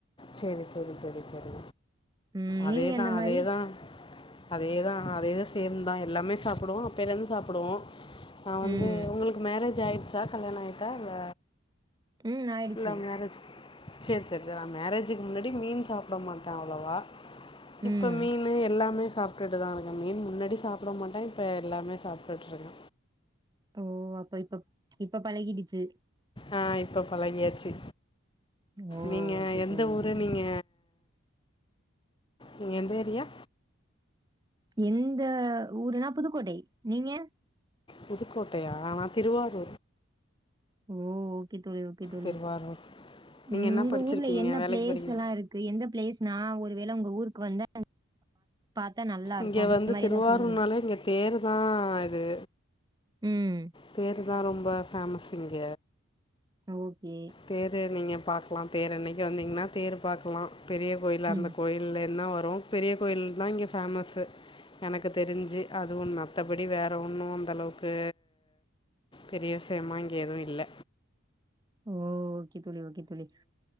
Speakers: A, on the left; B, on the right.
A: செரி செரி செரி செரி
B: ம்
A: அதேதா
B: நீங்க எந்த
A: அதேதா
B: மாரி?
A: அதேதா அதேதா சேந்தா எல்லாமே சாப்புடுவோ அப்பேலேந்து சாப்புடுவோ நா வந்து
B: ம்
A: உங்களுக் கு மேரேஜ் ஆயிடுச்சா கல்யாண ஆயிட்டா இல்ல
B: ம் ஆயிடுச்சு.
A: லவ் மேரேஜ் சேரி சேரி த நா மேரேஜுக்கு முன்னாடி மீன் சாப்ட மாட்ட அவ்ளவா இப்ப
B: ம்
A: மீனு எல்லாமே சாப்ட்டுட்டு தா இருக்க மீன் முன்னாடி சாப்ட மாட்ட இப்ப எல்லாமே சாப்ட்டுட்ருக்க
B: ஓ அப்ப இப்பப் இப்ப பழகிடுச்சி
A: அ இப்ப பழகியாச்சி
B: ஓ
A: நிங்க
B: ஓகே
A: எந்த
B: தோழி ஓகே
A: ஊரு
B: தோழி.
A: நீங்க நீங்க எந்த எரியா
B: எந்த ஊருனா புதுக்கோட்டை நீங்க
A: புதுக்கோட்டயா நா திருவாரூர்
B: ஓ ஓகே தோழி ஓகே தோழி
A: திருவாரூர் நீங்கள்
B: ம்
A: என்ன
B: உங்க
A: படிச்சிருக்கீங்க
B: ஊர்ல என்ன
A: வேலைக்கு
B: பிளேஸ்சல்லா
A: போகிறீங்க
B: இருக் கு எந்த பிளேஸ் நா ஒரு வேள உங்க ஊர்க்கு வந்தா பாத்தா நல்லா இருக்கும்
A: இங்க
B: அப்டிங்கிற
A: வந்து
B: மாரி
A: திருவாரூர்னாலே
B: எதாவது சொல்லுங்க.
A: இங்க தேர்ரு தா இது
B: ம்
A: தேர்ருதா ரெம்பா ஃபேமஸ் இங்க
B: அ ஓகே
A: தேர்ரு நீங்க பாக்லா தேர் அன்னக்கி வந்திங்ன்னா தேர் பாக்லா பெரிய கோயில் அந்த
B: ம்
A: கேயில் இல்ல என்ன வரு பெரிய கோயில்னா இங்க ஃபேமஸ்சு எனக்கு தெரிஞ்சி அதுவு மாத்தபடி வேற ஒன்னு அந்தளவுக்கு பெரிய விஷியமா இங்க எது இல்ல
B: ஓ ஓகே தோழி ஓகே தோழி